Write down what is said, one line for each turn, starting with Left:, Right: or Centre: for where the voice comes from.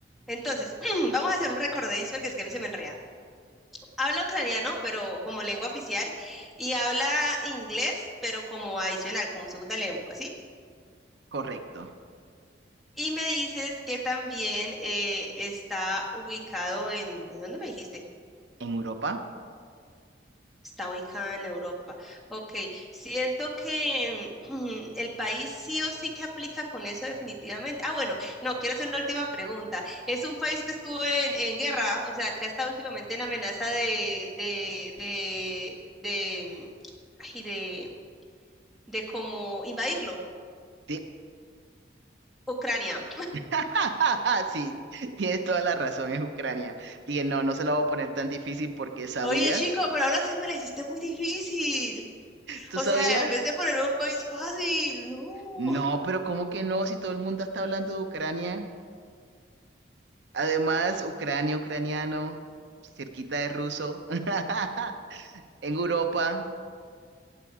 Centre: entonces, <clears throat> vamos a hacer un recordadizo porque es que a mí se me enrea. Habla ucraniano, pero como lengua oficial, y habla inglés, pero como adicional, como segunda lengua, ¿sí?
Right: Correcto.
Centre: Y me dices que también eh, está ubicado en, ¿en dónde me dijiste?
Right: ¿En Europa?
Centre: está ubicada en Europa. Ok, siento que mm, <clears throat> el país sí o sí que aplica con eso definitivamente. Ah, bueno, no, quiero hacer una última pregunta. Es un país que estuvo en, en guerra, o sea, que ha estado últimamente en amenaza de, de, de, de, ay, de, de como invadirlo.
Right: Sí,
Centre: Ucrania.
Right: <laughs> Sí, tienes toda la razón, es Ucrania. Dije, no, no se la voy a poner tan difícil porque sabías.
Centre: Oye, chico, pero ahora sí me la hiciste muy difícil.
Right: ¿Tú
Centre: O
Right: sabías?
Centre: sea, en vez de ponerme un país fácil, no.
Right: No, pero ¿cómo que no? Si todo el mundo está hablando de Ucrania. Además, Ucrania, ucraniano, cerquita de ruso, <laughs> en Europa.